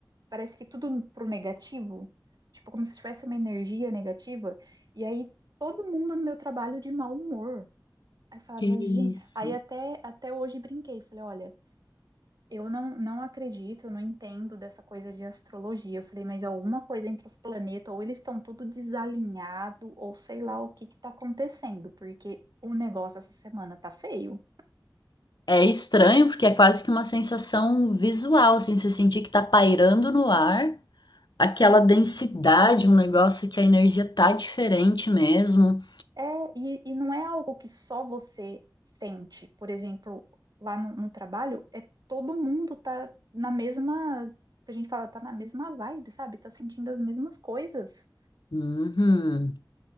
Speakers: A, on the right; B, on the left.
A: Parece que tudo pro negativo. Tipo, como se tivesse uma energia negativa. E aí todo mundo no meu trabalho de mau humor. Aí eu falava,
B: Que isso.
A: gente. Aí até, até hoje brinquei. Falei, olha, eu não, não acredito, eu não entendo dessa coisa de astrologia. Eu falei, mas alguma coisa entre os planetas, ou eles estão tudo desalinhado, ou sei lá o que que tá acontecendo, porque o negócio essa semana tá feio.
B: É estranho porque é quase que uma sensação visual, assim, você sentir que tá pairando no ar, aquela densidade, um negócio que a energia tá diferente mesmo.
A: É, e, e não é algo que só você sente. Por exemplo, lá no, no trabalho, é todo mundo tá na mesma, que a gente fala, tá na mesma vibe, sabe? Tá sentindo as mesmas coisas.
B: Uhum.